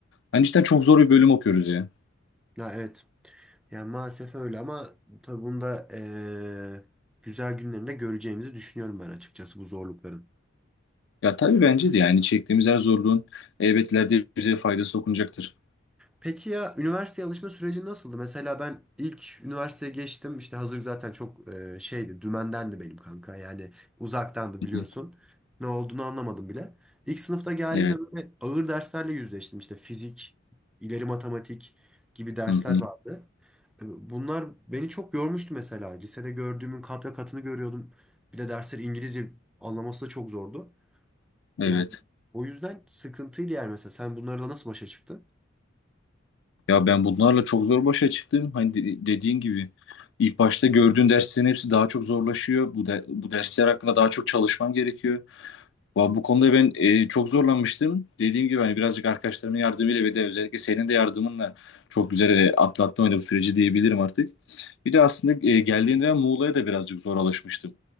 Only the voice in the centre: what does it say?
Ya evet. Yani maalesef öyle ama tabii bunu da e, güzel günlerinde göreceğimizi düşünüyorum ben açıkçası bu zorlukların.
Peki ya üniversiteye alışma süreci nasıldı? Mesela ben ilk üniversiteye geçtim. İşte hazırlık zaten çok e, şeydi, dümendendi benim kanka. Yani uzaktandı biliyorsun.
Ne olduğunu anlamadım bile. İlk sınıfta geldiğinde
böyle ağır derslerle yüzleştim. İşte fizik, ileri matematik gibi dersler
vardı. E, Bunlar beni çok yormuştu mesela. Lisede gördüğümün kat ve katını görüyordum. Bir de dersleri İngilizce anlaması da çok zordu.
Yani o yüzden sıkıntıydı yani mesela. Sen bunlarla nasıl başa çıktın?